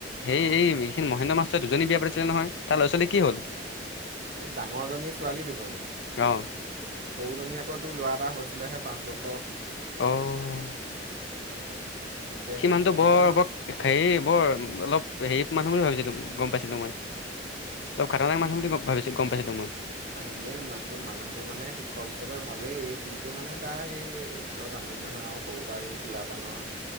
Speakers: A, on the left; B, on the right.
A: এইেই
B: অ
A: এইখিনি মহেন্দ্ৰ মাষ্টৰ দুজনী বিয়া পাতিছিলে নহয়, তাৰ লৰা ছোৱী কি হ'ল
B: এই, ডাঙৰজনী ছোৱালী দুজনী
A: অ',
B: সৰুজনী আকৈ তোৰ ল'ৰা এটা হৈছিলেহে পাঁচ বছৰ
A: অ',
B: তাকেহে
A: সি মানুহটো
B: পেঞ্চনৰ
A: বৰ বৰ হেৰি বৰ অলপ হেৰি মানুহ বুলি ভাবিছিলো গম পাইছিলো মই অ', ঘাতনক মানুহ বুলি ভাবি গম পাইছিলো মই
B: এনেইো মানুহটো মানে শিক্ষক হিচাপে ভালেই কিন্তু মানে তাৰ সেই কিয় জানোৱেই নহয়, আৰু সৰুৰ পৰাৰা এই সুৰা পানৰ